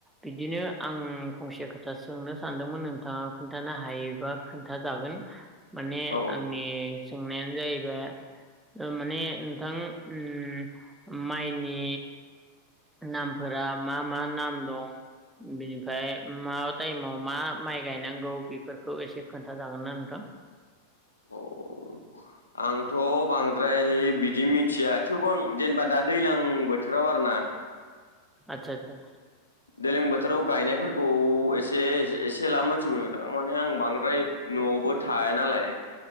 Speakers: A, in the centre; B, on the left (about 75°).
A: बिदिनो आं फंसे खोथा सोंनो सानदोंमोन नोंथाङा खोन्थानो हायोबा खोन्थाजागोन माने
B: औ
A: आंनि सोंनायानो जाहैबाय ओ माने नोंथां उम माइनि नामफोरा मा मा नाम दं? बिनिफ्राय मा टाइमाव मा माइ गायनांगौ बेफोरखौ एसे खोन्थाजागोनना नोंथां?
B: अह आंथ' बांद्राय बिदि मिथिया थेवबो आं जेनेबा दा दैज्लां बोथोराव आरोना
A: आतसा आतसा
B: दैलां बोथोराव गायनायफोर खौ एसे एसे एला मोनथिगौ नोंथां माने आं बांद्राय न'आवबो थाया नालाय।